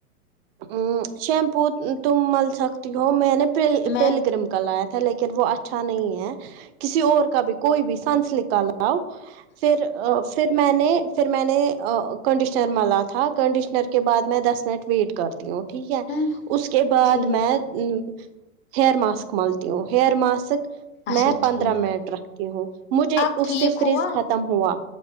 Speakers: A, on the right; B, on the left.
A: ہمم شیمپو تم مل سکتی ہو میں نے پل
B: میں
A: پل گرم کا لایا تھا لیکن وہ اچھا نہیں ہے کسی اور کا بھی کوئی بھی سنسلک کا لاؤ پھر آ پھر میں نے پھر میں نے آ کنڈشنر ملا تھا کنڈشنر کے بعد میں دس منٹ ویٹ کرتی ہوں ٹھیک ہے
B: ہوں
A: اس کے بعد
B: ٹھیک
A: میں او ہیئر ماسک مالتی ہوں ہیئیر ماسک سے
B: اچھا
A: میں پندرہ
B: ٹھیک
A: منٹ رکھتی ہوں مجھے
B: اب
A: اس
B: ٹھیک
A: سے فریز
B: ہوا
A: کم ہوا